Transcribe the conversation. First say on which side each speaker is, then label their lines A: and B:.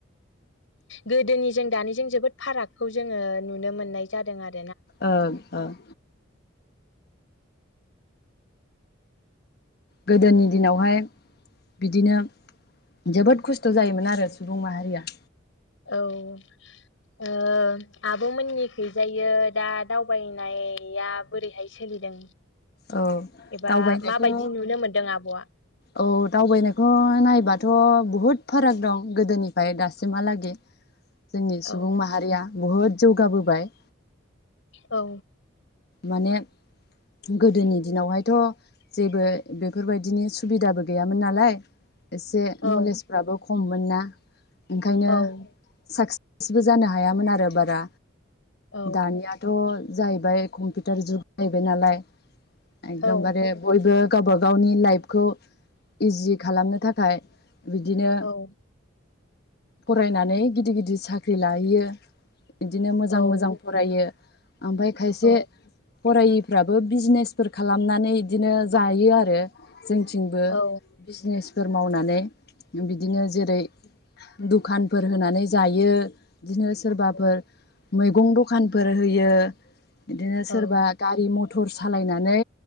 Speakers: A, on the left (about 75°); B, on the left (about 50°).
A: गोदोनि जों दानिजों जोबोद फारागखौ जोङो नुनो मोननाय जादों आर
B: ओं ओं गोदोनि दिनावहाय बिदिनो जोबोद खस्थ जायोमोन आरो सुबुं माहारिया।
A: औ ओ आब मोननिखैजायो दा दावबायनाया बोरैहाय सोलिदों?
B: औ
A: एबा
B: दावबायनायखौ
A: माबायदि नुनो मोनदों आबआ?
B: औ दावबायनायखौ नायबाथ बुहुद फाराग दं गोदोनिओफाय दासिमहालागि जोंनि सुबुं
A: औ
B: माहारिया बुहुद जौगाबोबाय।
A: औ
B: माने गोदोनि दिनावहायथ जेबो बेफोरबायदिनि सुबिदाबो गैयामोन नालाय। एसे
A: औ
B: नलेजफोराबो खममोनना <inaudible> ओंखायनो
A: औ
B: साक सेजबो जानो हायामोन आरो बारा।
A: औ
B: दानियाथ जाहैबाय कम्पिउटार जुग जाहैबाय नालाय। एदमबारे
A: औ
B: बयबो गाबा गावनि लाइफखौ इजि खालामनो थाखाय बिदिनो
A: औ
B: फरायनानै गिदिर गिदिर साख्रि लाहैयो। इदिनो मोजां
A: औ
B: मोजां फरायो आमफ्राय खायसे
A: औ
B: फरायिफ्राबो बिजनेसफोर खालामनानै इदिनो जायो आरो। जोंनिथिंबो
A: औ
B: बिजनेस फोर मावनानै। उ बिदिनो जेरै दुखानफोर होनानै जायो। बिदिनो सोरबाफोर
A: औ
B: मैगं दखानफोर होयो। इदिनो
A: औ
B: सोरबा गारि मथ टर सालायनानै